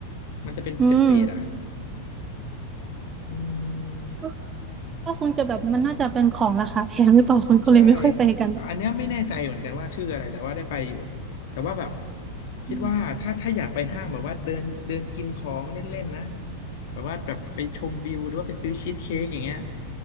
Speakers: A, on the left (about 55°); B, on the right (about 25°).
A: มันจะเป็นเฟสเฟสอ่ะ
B: อืม
A: อืม
B: ก็ก็คงจะแบบมันน่าจะเป็นของราคาแพงหรือเปล่าคนก็เลยไม่ค่อยไปกัน
A: ใช่อันเนี้ยไม่แน่ใจเหมือนกันว่าชื่ออะไรแต่ว่าได้ไปอยู่ แต่ว่าแบบคิดว่าถ้าถ้าอยากไปห้างแบบว่าเดินเดินกินของเล่นๆนะ
B: อืม
A: แบบว่าแบบไปชมวิวหรือว่าไปซื้อชีสเค้กอย่างเงี้ย